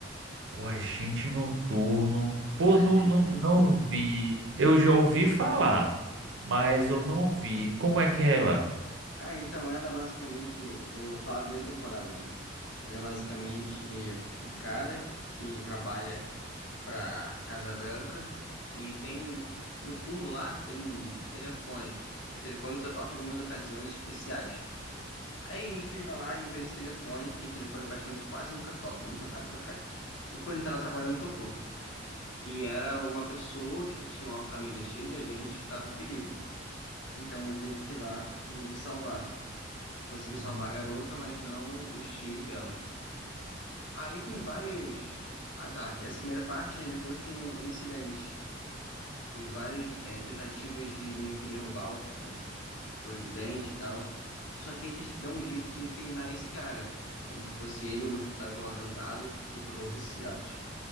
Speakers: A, on the right; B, on the left.
A: Pô, Agente Noturno. Pô,
B: Agente
A: não, não, não
B: Noturno.
A: vi. Eu já ouvi falar, mas eu não vi. Como é que é ela?
B: Ah, então ela é basicamente, vou falar a primeira temporada, né? Ela é basicamente um cara que trabalha pra Casa Branca e tem um, no fundo lá, tem um telefone, que é um telefone que só toca em algumas ocasiões especiais. Aí ele fica lá e prende esse telefone, que esse telefone praticamente quase nunca toca, muito raro tocar. E quando ele tava trabalhando, tocou. E era uma pessoa que tinha uma família cheia de gente que tava em perigo. Então ele teve que ir lá meio que salvar. Conseguiu salvar
A: Hum.
B: a garota, mas não os tios dela. Aí tem vários. Ah tá, essa primeira parte, né? Depois tem um, um incidente. e várias é, tentativas de meio que derrubar o, o- o presidente e tal. Só que eles dão um jeito de incriminar esse cara, como se fosse ele o responsável pelo atentado e por todos esses atos.